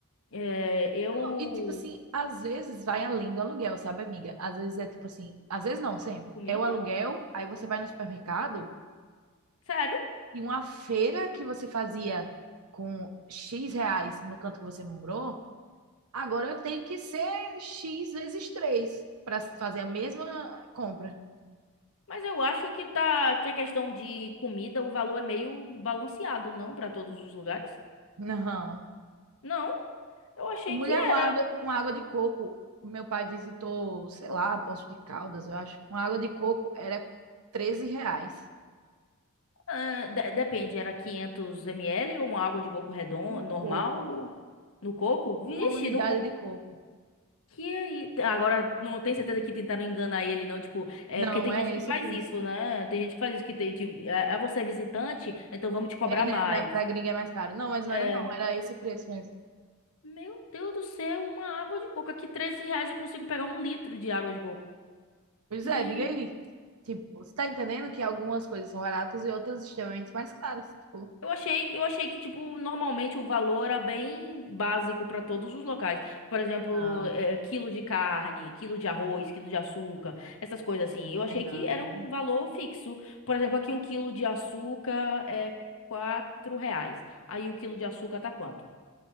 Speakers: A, on the left; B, on the right.
A: É, eu.
B: Não, e tipo assim, às vezes vai além do aluguel, sabe, amiga? Às vezes é tipo assim, às vezes não, sempre.
A: Comida?
B: É o aluguel, aí você vai no supermercado
A: Sério?
B: e uma feira que você fazia com X reais no canto que você morou, agora eu tenho que ser X vezes 3 para fazer a mesma compra.
A: Mas eu acho que tá que a questão de comida, o valor é meio balanceado, não para todos os lugares?
B: Não.
A: Não. Eu achei
B: Mulher,
A: que
B: uma
A: era,
B: água, uma água de coco. Meu pai visitou, sei lá, Poço de Caldas, eu acho. Uma água de coco era 13 reais.
A: ah, de- depende, era 500 ml ou uma água de coco redondo
B: Um coco,
A: normal no coco? Vixe,
B: uma unidade
A: no coco
B: de coco.
A: que aí- agora não tenho certeza que tentaram enganar ele não, tipo, é
B: Não,
A: porque tem
B: é
A: gente que
B: esse
A: faz
B: o preço.
A: isso, né? Tem gente que faz isso que tem, tipo, é, é você é visitante, então vamos te cobrar
B: É, né?
A: mais.
B: Pra, pra gringa é mais caro. Não, mas não
A: É,
B: era não, era esse o preço mesmo.
A: meu Deus do céu, uma água de coco aqui, 13 reais eu consigo pegar um litro de água de coco.
B: Pois
A: Gente,
B: é, diga aí. Tipo, você tá entendendo que algumas coisas são baratas e outras extremamente mais caras. Tipo,
A: eu achei que eu achei que tipo normalmente o valor era bem básico para todos os locais. Por exemplo,
B: ah,
A: eh, quilo de carne, quilo de arroz, quilo de açúcar, essas coisas assim. Eu
B: é
A: achei
B: não.
A: que era um valor fixo. Por exemplo, aqui um quilo de açúcar é quatro reais. Aí o quilo de açúcar tá quanto?